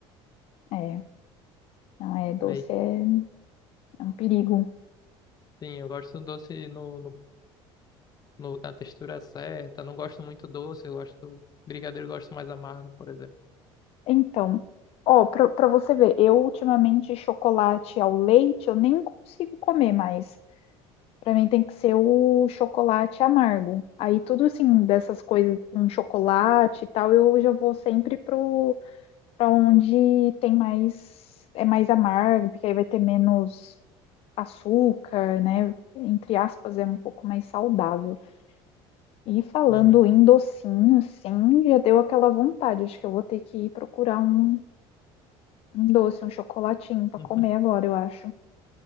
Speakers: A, on the left; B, on the left.
A: É, não é doce,
B: Aí,
A: é, é um perigo.
B: sim, eu gosto do doce no, no, no- na textura certa. Não gosto muito doce, eu gosto... Brigadeiro eu gosto mais amargo, por exemplo.
A: Então, ó, pra, pra você ver, eu ultimamente chocolate ao leite eu nem consigo comer mais. Pra mim tem que ser o chocolate amargo. Aí tudo assim, dessas coisas com chocolate e tal, eu já vou sempre pro para onde tem mais, é mais amargo, porque aí vai ter menos açúcar, né? Entre aspas, é um pouco mais saudável. E falando
B: Uhum.
A: em docinho, sim, já deu aquela vontade. Acho que eu vou ter que ir procurar um, um doce, um chocolatinho para
B: <laughs>
A: comer agora, eu acho.